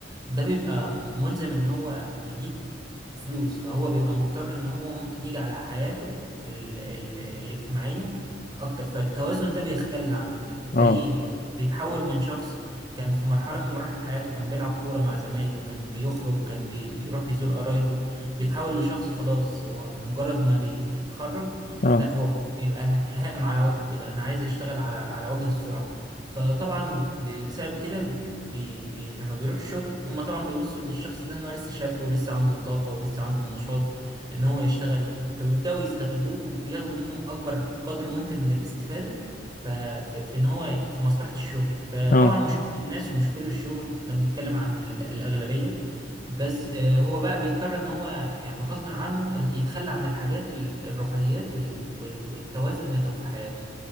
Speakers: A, on the right (about 25°); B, on the left (about 45°).
A: ده بيبقى ملزم إن هو يجيب فلوس فهو بيبقى مضطر إن هو ممكن يجي على حياته ال ال الاجتماعية أكتر فالتوازن ده بيختل عنده يعني تلاقيه
B: اه
A: بيتحول من شخص كان في مرحلة من مراحل حياته كان بيلعب كورة مع زمايله كان بيخرج كان بيروح يزور قرايبه بيتحول لشخص خلاص هو مجرد ما بيتخرج
B: اه
A: لا هو بيبقى هائم على وجهه كده أنا عايز أشتغل على على وجه السرعة فطبعا بسبب كده بي بي بي لما بيروح شغل هم طبعا بيبصوا للشخص ده ان هو لسه شاب ولسه عنده الطاقة ولسه عنده النشاط ان هو يشتغل فبيبدأوا يستغلوه وبياخدوا منه اكبر قدر ممكن من الاستفادة ففي في ان هو في مصلحة الشغل فطبعا
B: اه
A: مش كل الناس ومش كل الشغل احنا بنتكلم عن ال- الأغلبية بس آه، هو بقى بيضطر ان هو يعني غصب عنه ال- يتخلى عن الحاجات ال- الرفاهيات وال- وال- والتوازن اللي كان في حياته